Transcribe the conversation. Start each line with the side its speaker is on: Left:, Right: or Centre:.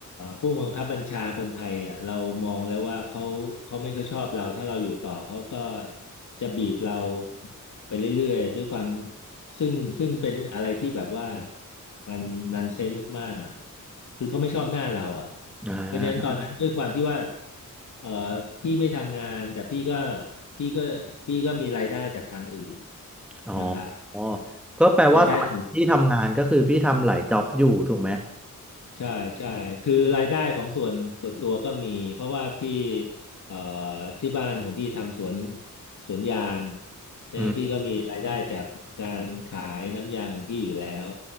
Left: ผู้บังคับบัญชาคนไทยอ่ะเรามองแล้วว่าเขาเขาไม่ค่อยชอบเราถ้าเราอยู่ต่อเขาก็จะบีบเราไปเรื่อยๆด้วยความซึ่งซึ่งเป็นอะไรที่แบบว่ามันนันเซนส์มากอ่ะคือเขาไม่ชอบหน้าเราอ่ะ
Centre: อ่า
Left: เพราะฉะนั้นตอนนั้นด้วยความที่ว่าเออพี่ไม่ทำงานแต่พี่ก็พี่ก็พี่ก็มีรายได้จากทางอื่น
Centre: อ๋อ
Left: นะครับ
Centre: อ๋อก็แปลว่าสมัยที่ทำงานก็คือพี่ทำหลายจ็อบอยู่ถูกไหม
Left: รายได้ส่วนตัวใช่ใช่คือรายได้ของส่วนส่วนตัวก็มีเพราะว่าพี่เอ่อที่บ้านของพี่ทำสวนสวนยางเพราะฉะนั้นพี่ก็มีรายได้จากการขายน้ำยางของพี่อยู่แล้ว
Centre: อืม